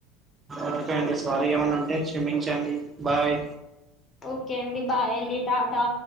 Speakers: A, on the right (about 25°); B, on the left (about 25°).
A: ఒక్ అండి సారీ ఏమన్నా అంటే క్షమించండి బాయ్
B: ఓకే అండి బాయ్ అండి టాటా